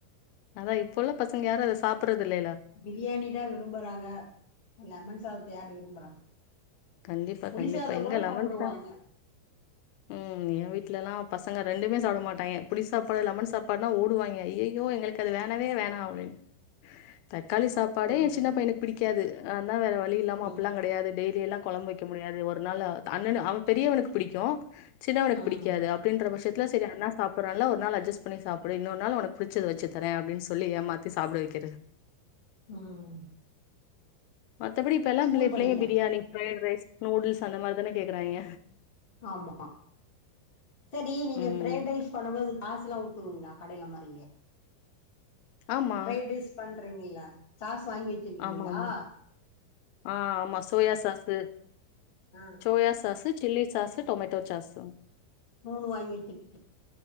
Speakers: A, on the left; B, on the left.
A: அதா இப்ப உள்ள பசங்க யாரு அத சாப்பிட்றது இல்லல்ல
B: பிரியாணி தா விரும்புறாங்க லெமன் சாதத்த யார் விரும்புறா
A: கண்டிப்பா
B: புளிசாதம்
A: கண்டிப்பா எங்க
B: கூட
A: லெமன்
B: சாப்பிடுவாங்க
A: சா ம் ஏ வீட்ல எல்லா பசங்க ரெண்டுமே சாப்பிட மாட்டாங்க புளி சாப்பாடு லெமன் சாப்பாடுனா ஓடுவாங்க ஐய்யய்யோ எங்களுக்கு அது வேணவே வேணா அப்டின்னு தக்காளி சாப்பாடே
B: ம்
A: ஏ சின்ன பையக்கு பிடிக்காது நாதா வேற வழி இல்லாம
B: ம்
A: அப்பிடில்லா கெடையது டெய்லி எல்லா கொழம்பு வைக்க முடியாது ஒரு நாள் அண்ண அவ பெரியவனுக்கு பிடிக்கு சின்னவனுக்கு
B: ம்
A: பிடிக்காது அ அப்டின்ற பட்சத்துத்தில் செரி அண்ணா சாப்பிட்றான்ல ஒரு நாள் அட்ஜஸ்ட் பண்ணி சாப்பிடு இன்னொரு நாள் உனக்கு புடிச்சது வெச்சு தரே அப்டின் சொல்லி ஏமா த்தி சாப்பிட வைக்கிறது
B: ம்
A: மத்தபடி இப்பெல்லா
B: ஸ்கூல்
A: பிள்ளை பிள்ளைங்க
B: படிக்கிறாங்க
A: பிரியாணி ஃபிரைட் ரைஸ் நூடுல்ஸ் அந்த மாரி தானே கேக்குறாங்க
B: ஆமா செரி நீங்க
A: ம்
B: ஃபிரைட் ரைஸ் பண்ணும்போது சாஸ் எல்லா ஊத்துவீங்களா கடையில மாரியே
A: ஆமா
B: ஃபிரைட் ரைஸ் பண்றீங்கல்ல சாஸ் வாங்கி வெச்சிருக்கீங்களா
A: ஆமா ஆமா ஆ ஆமா சோயா சாஸ்சு
B: ஆ
A: soya sauce chilli sauce tomato sauce
B: மூனு வாங்கி வச்சிருக்